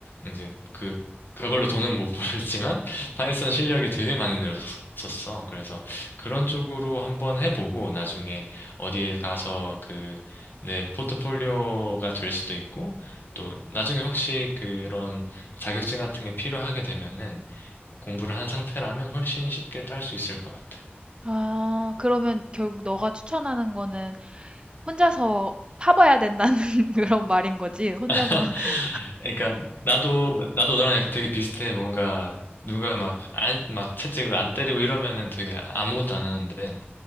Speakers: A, on the left (about 55°); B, on the right (about 25°).
A: 이제 그 그걸로 돈은 못 <laughs> 벌지만 파이썬 실력이 되게 많이 늘었었어. 그래서 그런 쪽으로 한번 해보고 나중에 어디에 가서 그 내 포트폴리오가 될 수도 있고 또 나중에 혹시 그런 자격증 같은 게 필요하게 되면은 공부를 한 상태라면 훨씬 쉽게 딸 수 있을 것 같아.
B: 아, 그러면 결국 너가 추천하는 거는 혼자서 파봐야 된다는 <laughs> 그런 말인 거지? 혼자서.
A: <laughs>
B: <laughs>
A: 그러니까 나도 나도 너랑 되게 비슷해. 뭔가 누가 막 안, 막 채찍을 안 때리고 이러면은 되게 아무것도 안 하는데